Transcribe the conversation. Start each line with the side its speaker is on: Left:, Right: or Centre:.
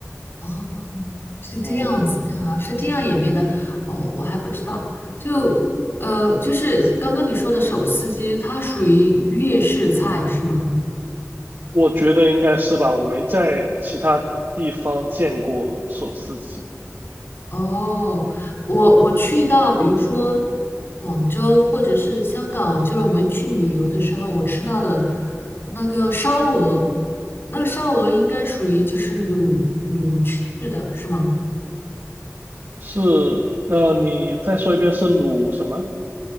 Left: 哦，是这样子的啊是这样演变的哦，
Right: 嗯。
Left: 我还不知道，就呃就是刚刚你说的手撕鸡，它属于粤式菜是吗？
Right: 我觉得应该是吧，我没在其他地方见过手撕鸡。
Left: 哦，我我去到比如说广州或者是香港，就是我们去旅游的时候，我吃到的那个烧鹅，那个烧鹅应该属于就是卤卤制的，是吗？
Right: 是，呃，你再说一遍是卤什么？